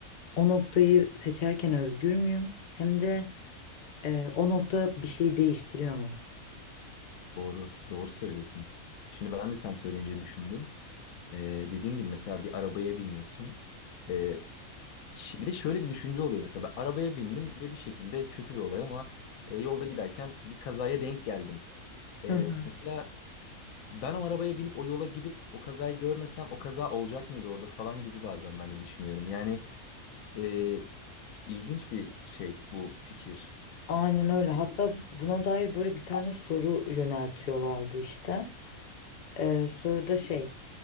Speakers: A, on the left (about 60°); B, on the left (about 75°).
A: o noktayı seçerken özgür müyüm? Hem de e, o nokta bir şeyi değiştiriyor mu?
B: doğru. Doğru söylüyorsun. Şimdi ben de sen söyleyince düşündüm. Ee, dediğin gibi mesela bir arabaya biniyorsun. Ee, ş- bir de şöyle bir düşünce oluyor mesela ben arabaya bindim ve bir şekilde kötü bir olay ama e, yolda giderken bir kazaya denk geldim. Ee,
A: Hı hı.
B: mesela ben o arabaya binip o yola gidip o kazayı görmesem o kaza olacak mıydı orada falan gibi bazen ben de düşünüyorum. Yani e, ilginç bir şey bu fikir.
A: Aynen öyle. Hatta
B: Hı.
A: buna dair böyle bir tane soru yöneltiyorlardı işte. Ee, soruda şey